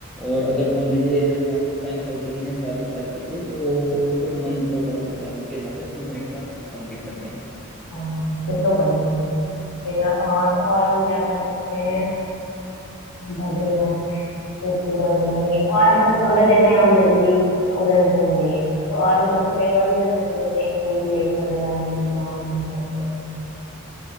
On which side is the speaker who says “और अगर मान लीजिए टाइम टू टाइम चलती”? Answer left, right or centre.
Centre